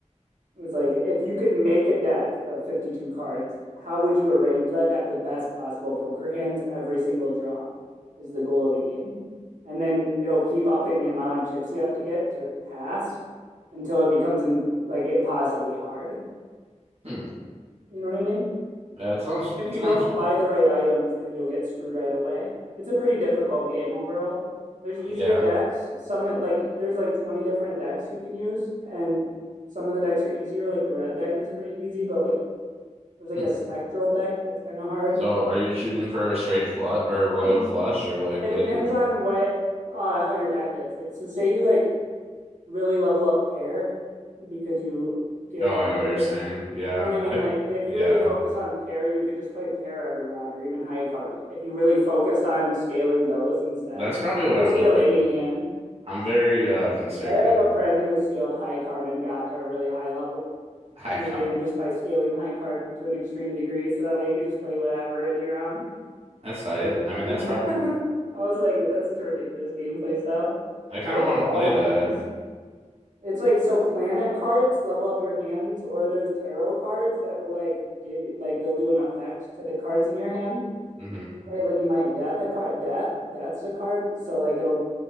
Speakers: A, on the right; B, on the right.
A: It was like if you could make a deck of 52 cards, how would you arrange that to have the best possible poker hands every single draw is the goal of the game. And then it'll keep upping the amount of chips you have to get to pass until it becomes in, like impossibly hard.
B: Hmm.
A: You know what I mean?
B: Yeah. It sounds
A: And if
B: it
A: you
B: sounds
A: don't
B: fun.
A: buy the right items, then you'll get screwed right away. It's a pretty difficult game overall. There's easier
B: Yeah.
A: decks. Some like there's like 20 different decks you can use and some of the decks are easier like the red deck is pretty easy, but like there's like
B: Hmm.
A: a spectral deck that's kind of hard.
B: So
A: <clears throat>
B: are you shooting for a straight flush or a royal
A: Mm-hmm.
B: flush or like what
A: It depends
B: are you doing?
A: on what uh how your deck is. Like so say you like really level up pair because you get
B: Oh, I
A: whatever.
B: know what you're saying. Yeah.
A: You know what I mean?
B: I.
A: Like if you
B: Yeah.
A: really focus on pair, you could just play pair every round or even high card. If you really focused on scaling those instead,
B: That's probably
A: because
B: what
A: you can
B: I would
A: scale any
B: do.
A: hand.
B: I'm very uh conservative.
A: I have a friend who scaled high card and got to a really high level
B: <laughs> High
A: in the
B: card.
A: game just by scaling high card to an extreme degree. So that way you could just play whatever in your round.
B: That's tight.
A: was really
B: I
A: funny.
B: mean, that's probably.
A: <laughs> I was like, that's such a ridiculous gameplay style.
B: I kind
A: I level
B: of want
A: up
B: to
A: all
B: play
A: my
B: that.
A: hands. It's like so planet cards level up your hands, or there's tarot cards that will like give you like they'll do an effect to the cards in your hand,
B: hmm
A: right? Like you might death a card, death, death's a card, so like it'll